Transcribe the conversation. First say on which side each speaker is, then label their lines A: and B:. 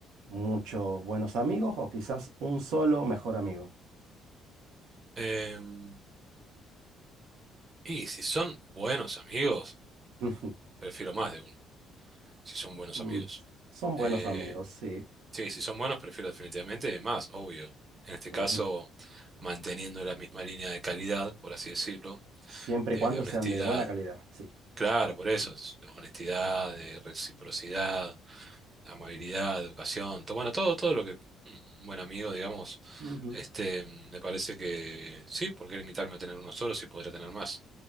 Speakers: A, on the right; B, on the right.
A: muchos buenos amigos o quizás un solo mejor amigo.
B: Em, y si son buenos amigos,
A: <laughs>
B: prefiero más de uno. si son buenos
A: Mm,
B: amigos.
A: Son buenos
B: Eh,
A: amigos, sí.
B: sí, si son buenos, prefiero definitivamente más, obvio. En este caso,
A: Ujú.
B: manteniendo la misma línea de calidad, por así decirlo,
A: Siempre
B: de,
A: y cuando
B: de honestidad.
A: sean de buena calidad, sí.
B: Claro, por eso, es honestidad, de reciprocidad, amabilidad, educación, to- bueno, todo, todo lo que un buen amigo, digamos,
A: Ujú.
B: este, me parece que sí, ¿por qué limitarme a tener uno solo si podría tener más?